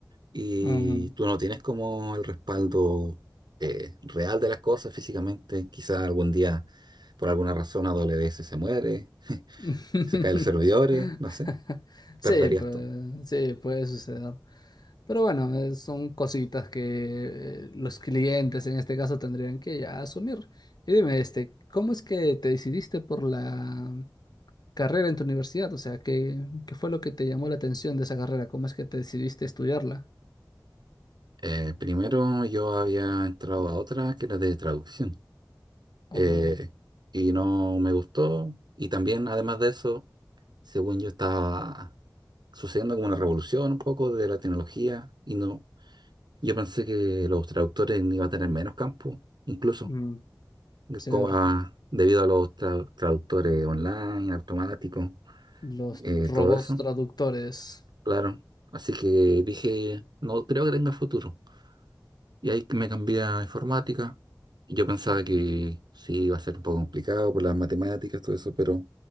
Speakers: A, on the right; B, on the left.
A: y
B: Mm.
A: tú no tienes como el respaldo eh, real de las cosas físicamente. Quizás algún día, por alguna razón, AWS se muere,
B: <laughs>
A: se caen los servidores, no sé,
B: Sí,
A: perderías
B: pues,
A: todo.
B: sí, puede suceder. Pero bueno, eh, son cositas que eh, los clientes en este caso tendrían que ya asumir. Y dime, este, ¿cómo es que te decidiste por la carrera en tu universidad? O sea, ¿qué, qué fue lo que te llamó la atención de esa carrera? ¿Cómo es que te decidiste estudiarla?
A: Eh, primero yo había entrado a otra que era de traducción
B: Oh,
A: eh, y no me gustó. Y también, además de eso, según yo estaba sucediendo como una revolución un poco de la tecnología y no, yo pensé que los traductores iban a tener menos campo incluso.
B: mm, Cierto.
A: co- debido a los tra- traductores online, automáticos,
B: Los
A: eh,
B: robots
A: todo eso,
B: traductores.
A: claro. Así que dije, no creo que tenga futuro. Y ahí me cambié a informática. Y yo pensaba
B: Ujú.
A: que sí, iba a ser un poco complicado por las matemáticas, todo eso, pero